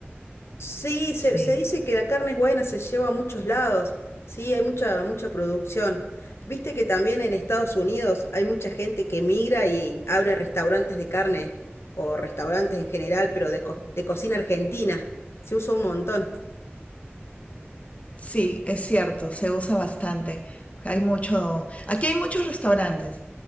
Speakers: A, on the left; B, on the left.
A: Sí, se,
B: Sí.
A: se dice que la carne es buena, se lleva a muchos lados. Sí, hay mucha, mucha producción. Viste que también en Estados Unidos hay mucha gente que migra y abre restaurantes de carne o restaurantes en general, pero de, co- de cocina argentina. Se usa un montón.
B: Sí, es cierto, se usa bastante. Hay mucho, aquí hay muchos restaurantes.